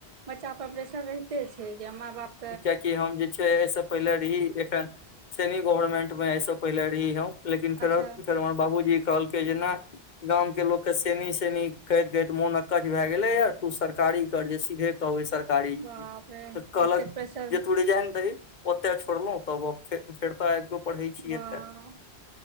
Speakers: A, on the right; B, on the left.
A: बच्चा पर प्रेशर रहिते छैय जे माँ बाप।
B: कियकि हम जे छैय एहिसँ पहिले रहीए एखन। सेनी गवर्नमेंट में एहिस पहिले रही हम लेकिन फेर
A: अच्छा
B: फेर हमर बाबूजी कहलकै जेना नै। गाम के लोक के सेनी सेनी कहैत कहैत मोन अकच भए गेले या तु सरकारी कर जे सीधे कहबै सर। सरकारी
A: बाप
B: तऽ
A: रे
B: कहलक।
A: एतेक प्रेशर
B: तु रिजाइन दही ओतय छोड़लहु तब फेर तऽ आबि पढ़ै छैयै
A: वाह
B: एतऽ।